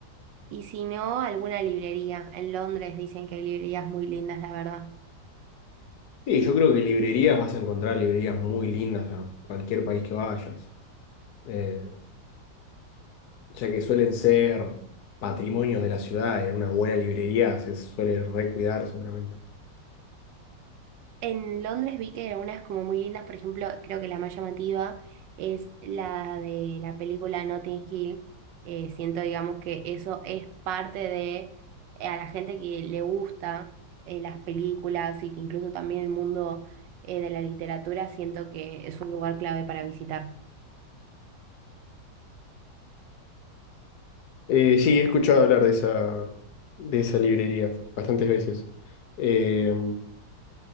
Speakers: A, on the right (about 80°); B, on the left (about 65°).
A: Y si no, alguna librería. En Londres dicen que hay librerías muy lindas, la verdad.
B: Sí, yo creo que librerías vas a encontrar librerías muy lindas a cualquier país que vayas. Eh, ya que suelen ser patrimonios de la ciudad, eh, una buena librería se suele recuidar seguramente.
A: En Londres vi que eran unas como muy lindas, por ejemplo, creo que la más llamativa es la de la película Notting Hill. Eh, siento, digamos, que eso es parte de eh, a la gente que le gusta eh, las películas y que incluso también el mundo eh, de la literatura, siento que es un lugar clave para visitar.
B: Eh, sí, he escuchado hablar de esa, de esa librería bastantes veces. Eh,